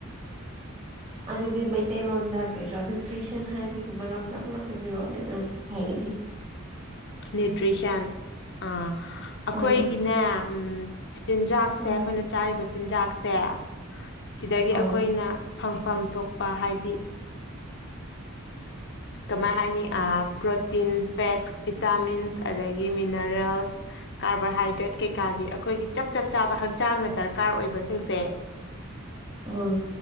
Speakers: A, on the left; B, on the right.
A: <unintelligible>
B: ꯑꯗꯨꯗꯤ ꯃꯩꯇꯩꯂꯣꯟꯗ ꯀꯔꯤꯔꯥ ꯅ꯭ꯌꯨꯇ꯭ꯔꯤꯁꯟ ꯍꯥꯏꯕꯒꯤ ꯃꯔꯝꯗ ꯑꯃꯛ ꯍꯥꯏꯕꯤꯔꯛꯑꯣꯅꯦ ꯅꯪ ꯍꯥꯏꯔꯅꯤ
A: ꯅ꯭ꯌꯨꯇ꯭ꯔꯤꯁꯟ ꯑ ꯑꯩꯈꯣꯏꯒꯤꯅꯦ
B: ꯑꯥ
A: ꯎ ꯆꯤꯟꯖꯥꯛꯁꯦ
B: ꯑꯥ
A: ꯑꯩꯈꯣꯏꯅ ꯆꯥꯔꯤꯕ ꯆꯤꯟꯖꯥꯛꯁꯦ ꯁꯤꯗꯒꯤ
B: ꯍꯣꯏ
A: ꯑꯩꯈꯣꯏꯅ ꯐꯪꯐꯝ ꯊꯣꯛꯄ ꯍꯥꯏꯗꯤ ꯀꯃꯥꯏ ꯍꯥꯏꯅꯤ ꯑ ꯄ꯭ꯔꯣꯇꯤꯟ ꯐꯦꯠ ꯚꯤꯇꯥꯃꯤꯟꯁ ꯑꯗꯒꯤ ꯃꯤꯅꯔꯦꯜꯁ ꯀꯥꯔꯕꯣꯍꯥꯏꯗ꯭ꯔꯦꯠ ꯀꯩꯀꯥꯒꯤ ꯑꯩꯈꯣꯏꯒꯤ ꯆꯞ ꯆꯞ ꯆꯥꯕ ꯍꯛꯆꯥꯡꯅ ꯗꯔꯀꯥꯔ ꯑꯣꯏꯕꯁꯤꯡꯁꯦ
B: ꯑꯥ